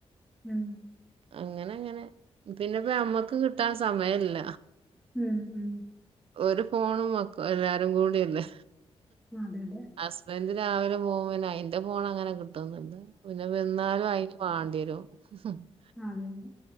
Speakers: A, in the centre; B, on the right.
A: ഉം
B: അങ്ങനങ്ങനെ, പിന്നെപ്പ നമ്മക്ക് കിട്ടാൻ സമയല്ല.
A: ഉം ഉം
B: ഒരു ഫോണും മക്ക എല്ലാരും കൂടിയല്ലേ
A: അതെല്ലേ
B: ഹസ്ബൻഡ് രാവിലെ പോകും. പിന്നെ അയിന്റെ ഫോണങ്ങനെ കിട്ടൊന്നുല്ല. പിന്നെ വന്നാലും അയി <unintelligible>
A: ആഹ് ആതെ അതെ